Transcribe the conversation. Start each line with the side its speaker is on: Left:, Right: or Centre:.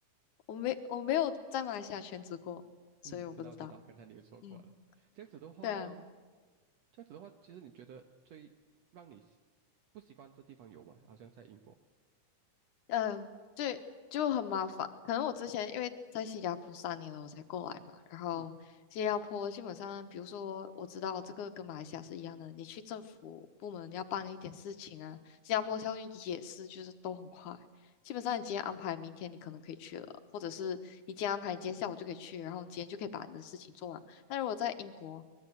Left: 我没我没有在马来西亚全职过，所以我不知道。
Right: 嗯，知道知道，刚才你也说过了。
Left: 嗯，
Right: 这样子的话，
Left: 对啊。
Right: 这样子的话，其实你觉得最让你习不习惯的地方有吗？好像在英国。
Left: 嗯，对，就很麻烦。可能我之前因为在新加坡三年了，我才过来嘛。然后新加坡基本上，
Right: 嗯
Left: 比如说我知道这个跟马来西亚是一样的，你去政府部门要办一点事情啊，新加坡效率也是，
Right: 嗯
Left: 就是都很快。基本上你今天安排，明天你可能可以去了，或者是你今天安排，你今天下午就可以去，然后你今天就可以把你的事情做完。但如果在英国